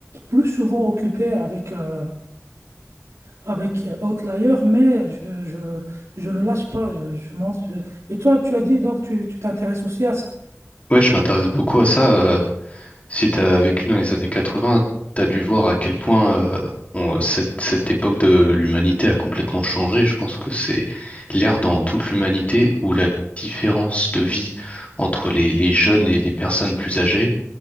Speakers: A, on the right; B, on the left.
A: plus souvent occupé avec, euh, avec euh, Outlier, mais je, je, je ne lâche pas. Je, je monte, je- Et toi, tu as dit donc tu tu t'intéresses aussi à ça?
B: Ouais, je m'intéresse beaucoup à ça. euh, Si tu as vécu dans les années 80, tu as dû voir à quel point euh, on- cette, cette époque de l'humanité a complètement changé. Je pense que c'est l'ère dans toute l'humanité où la différence de vie entre les, les jeunes et les personnes plus âgées